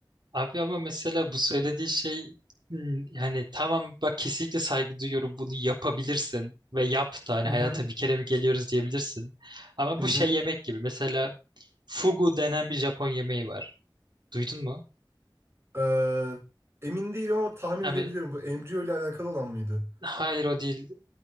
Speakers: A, on the right; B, on the right.
A: Abi ama mesela bu söylediği şey hmm, yani tamam bak kesinlikle saygı duyuyorum bunu yapabilirsin ve yap da hani
B: Hı
A: hayata
B: hı
A: bir kere mi geliyoruz diyebilirsin. Ama
B: hı
A: bu
B: hı.
A: şey yemek gibi mesela fugu denen bir Japon yemeği var. Duydun mu?
B: Ee, emin değilim ama tahmin
A: Abi
B: edebiliyorum bu embriyo ile alakalı olan mıydı?
A: hayır o değil.